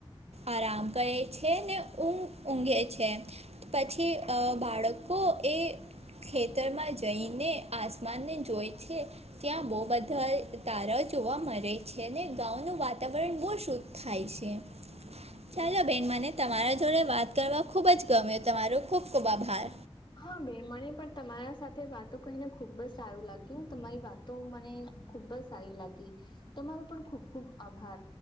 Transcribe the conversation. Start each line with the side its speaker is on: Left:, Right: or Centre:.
Right: આરામ કરે છે ને ઊઘ ઊઘે છે. પછી અ બાળકો એ. ખેતરમાં જઈને આસમાનને જોય છે. ત્યાં બહુ બધા તારા જોવા મળે છે અને ગામનું વાતાવરણ બહુ શુદ્ધ. થાય છે. ચાલો બેન મને તમારા જોડે વાત કરવા ખૂબ જ ગમ્યું તમારો ખૂબ ખૂબ આભાર.
Left: હા બે મને પણ તમારા સાથે વાતો કરીને ખુબ જ સારું લાગ્યું હું તમારી વાત તો મને ખુબ જ સારી લાગી તમારો પણ ખુબ ખુબ આભાર.